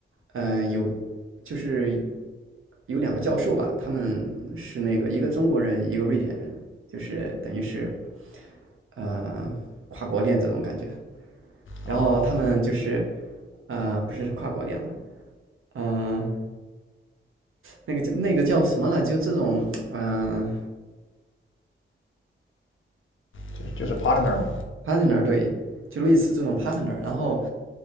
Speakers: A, on the right; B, on the left.
A: 嗯，有就是有两个教授吧，他们是那个一个中国人，一个瑞典人，就是等于是，呃，跨国恋这种感觉。然后他们就是，
B: 哦，
A: 呃，不是跨国恋了，嗯、那个叫那个叫什么了？就这种，嗯、
B: 就就是 partner 嘛。
A: p a r t n e r 对，就类似这种 partner。然后